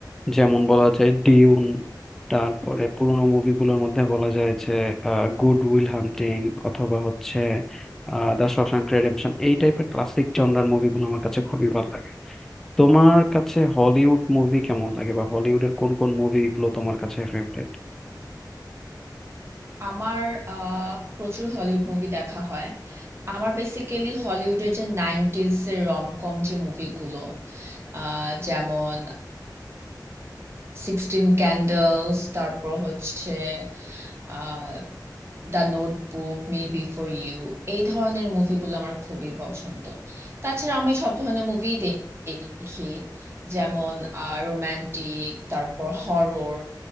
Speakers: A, in the centre; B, on the right.
A: যেমন বলা যায় ডিউন তারপরে পুরোনো মুভিগুলোর মধ্যে বলা যায় যে গুড উইল হান্টিং অথবা হচ্ছে দ্য শশাঙ্ক রেডেম্পশন এই টাইপের ক্লাসিক জনরার মুভিগুলো আমার কাছে খুবই ভালো লাগে তোমার কাছে হলিউড মুভি কেমন লাগে বা হলিউডের কোন কোন মুভিগুলো তোমার কাছে ফেভারিট
B: আমার আহ, প্রচুর হলিউড মুভি দেখা হয় আমার বেসিক্যালি হলিউডের যে নাইনটিজ এর রমকম যে মুভিগুলো আহ, যেমন সিক্সটিন ক্যান্ডেলস তারপর হচ্ছে আহ the notebook me before you এই ধরনের মুভিগুলো আমার খুবই পছন্দ তাছাড়া আমি সব ধরনের মুভি দেখি যেমন রোমান্টিক তারপর হরর